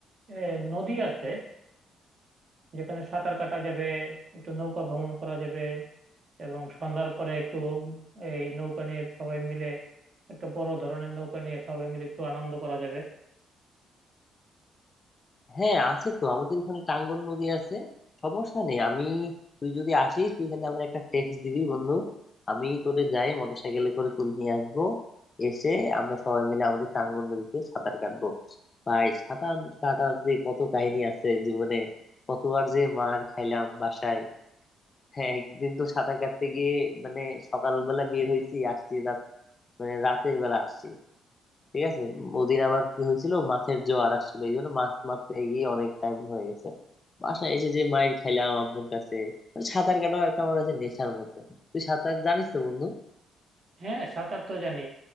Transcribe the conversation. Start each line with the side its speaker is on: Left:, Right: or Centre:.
Right: এ, নদী আছে যেখানে সাঁতার কাটা যাবে একটু নৌকা ভ্রমণ করা যাবে এবং সন্ধ্যার পরে একটু এই নৌকা নিয়ে সবাই মিলে একটা বড় ধরনের নৌকা নিয়ে সবাই মিলে একটু আনন্দ করা যাবে
Left: হ্যাঁ আছে তো আমাদের ওখানে টাঙ্গন নদী আছে সমস্যা নেই আমি তুই যদি আসিস তুই খালি আমার একটা টেক্সট দিবি বন্ধু আমি তোরে যাই মোটরসাইকেলে করে তুলে নিয়ে আসবো এসে আমরা সবাই মিলে আমাদের টাঙ্গন নদীতে সাঁতার কাটবো ভাই সাঁতার কাটার যে কত কাহিনী আছে জীবনে কতবার যে মার খাইলাম বাসায় হ্যাঁ একদিন তো সাঁতার কাটতে গিয়ে মানে সকালবেলা বের হয়েছি আসছি রাত মানে রাতের বেলা আসছি ঠিক আছে ওদিন আবার কি হয়েছিল মাছের জোয়ার আসছিল এই জন্য মাছ মারতে গিয়ে অনেক টাইম হয়ে গেছে বাসায় এসে যে মাইর খাইলাম আম্মুর কাছে মানে সাঁতার কাটাও একটা আমার কাছে নেশার মতো তুই সাঁতার জানিস তো বন্ধু
Right: হ্যাঁ সাঁতার তো জানি